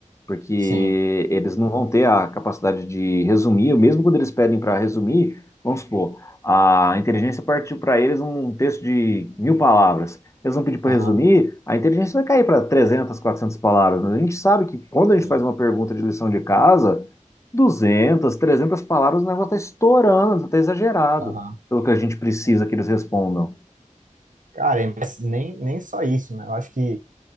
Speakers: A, on the left; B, on the right.
A: porque
B: Sim,
A: eles não vão ter a capacidade de resumir, mesmo quando eles pedem para resumir, vamos supor, a inteligência partiu para eles um texto de mil palavras. Eles vão pedir para
B: aham,
A: resumir, a inteligência vai cair para 300, 400 palavras. Mas a gente sabe que quando a gente
B: sim,
A: faz uma pergunta de lição de casa 200, 300 palavras, o negócio tá estourando, tá exagerado
B: aham,
A: pelo que a gente precisa
B: sim.
A: que eles respondam.
B: Cara, e- mas nem, nem só isso, né? Eu acho que